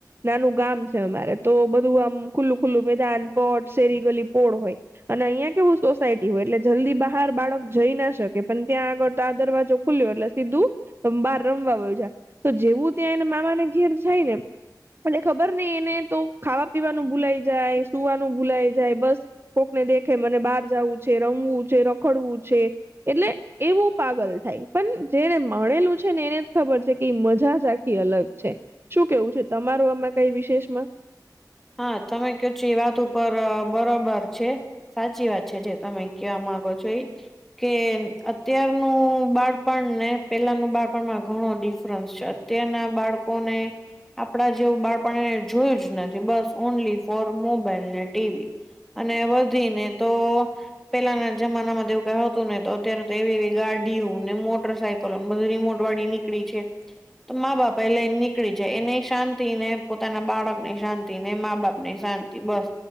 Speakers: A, on the right; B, in the centre.
A: નાનું ગામ છે અમારે તો, બધું આમ ખુલ્લું-ખુલ્લું, મેદાન, પટ, શેરી, ગલી, પોળ હોય. અને અહિયાં કેવું સોસાયટી. હોય એટલે જલ્દી બહાર બાળક જઈ ના શકે, પણ ત્યાં આગળ તો આ દરવાજો ખુલ્યો એટલે સીધું બહાર રમવા હોય છે, તો જેવું ત્યાં એને મામાને ઘેર થાય ને એટલે ખબર નઈ, એને તો ખાવા-પીવાનું ભૂલાઈ જાય, સુવાનું ભૂલાઈ જાય, બસ. કોકને દેખે, મને બહાર જવું છે, રમવું છે, રખડવું છે, એટલે એવું પાગલ થાય, પણ જેને માણેલું છે ને, એને જ ખબર છે કે મજા આખી અલગ છે. શું કેવું છે તમારું આમાં કઈ વિશેષ માં?
B: હા, તમે કીધું છો વાત ઉપર, બરોબર છે. સાચી વાત છે, જે તમે કેવા માંગો છો એ. કે અત્યારનું બાળપણ ને પહેલાંનું બાળપણમાં ઘણો ડિફરન્સ છે. ત્યાંના બાળકો ને, આપડા જેવું બાળપણને જોયું જ નથી. બસ, ઓનલી ફોર મોબાઈલ ને ટીવી, અને વધીને તો પેલાના જમાના માં એવું કંઈ હતું ને? તો અત્યારે તો એવી એવી ગાડીઓ ને મોટર સાયકલ બધી રીમોટ વાડી નીકળી છે. તો મા-બાપ પેલે નીકળી જાય, એને શાંતિ ને પોતાના બાળક ને શાંતિ. ને મા-બાપ ની શાંતિ, બસ.